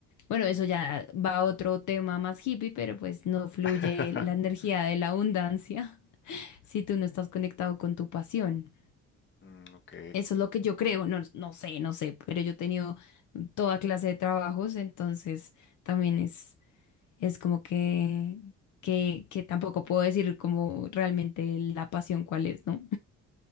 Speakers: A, on the left; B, on the left.
A: bueno, eso ya va a otro tema más hippie, pero pues no fluye
B: <laughs>
A: la energía de la abundancia <laughs> si tú no estás conectado con tu pasión.
B: Mm, ok.
A: Eso es lo que yo creo, no, no sé, no sé, pero yo he tenido toda clase de trabajos, entonces también es, es como que, que, que tampoco puedo decir como realmente la pasión cuál es, ¿no?